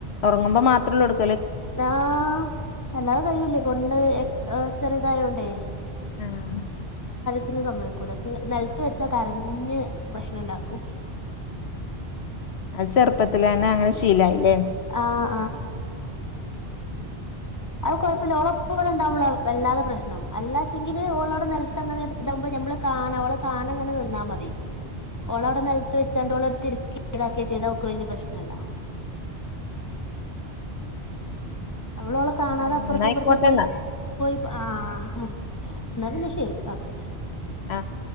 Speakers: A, on the left; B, on the left.
A: ഉറങ്ങുമ്പോ മാത്രള്ളൂ എടു
B: താഹ് അല്ലാതെ കയ്യൂല്ലേ കൊണ്ട് എ എ ചെറ്തായോണ്ടേ
A: ആഹ്
B: ത്തിനും സമ്മയ്ക്കൂല തി നെൽത് വെച്ചാ കരഞ് പ്രശ്നണ്ടാക്കും.
A: ചെറുപ്പത്തിലെന്നെ അങ്ങനെ ശീലായില്ലേ
B: ആഹ് അഹ് കൊയ്പ്പല്ല ഓളപ്പ ഇവടെണ്ടാഉമ്പളാ വല്ലാതെ പ്രശ്നം. അല്ലാച്ചെങ്കില് ഓളോട് നെൽത്തങ്ങനെ ത് താഉമ്പ ഞമ്മെൾ കാണെ ഓളെ കാണെ ഇങ്ങെനെ നിന്നാ മതി ഓളെ അയുടെ നെൽത്ത് വെച്ചാണ്ട് ഓളെ എര്ത്ത് ഇര്ക്കെ ഇതാക്കെ ചെയ്താ ഓക്ക് വല്ല്യ പ്രശ്നം ഇല്ല നമ്മെൾ ഒളെ കാണാതെ
A: ഉം
B: അപ്പെർത്തോ
A: ന്നായിക്കോട്ടെന്നാ
B: ഇപ്പെർത്തോ പോയി പോയി ആഹ് ഇന്നാ പിന്നെ ശെരി ഓക്കെ
A: ആഹ്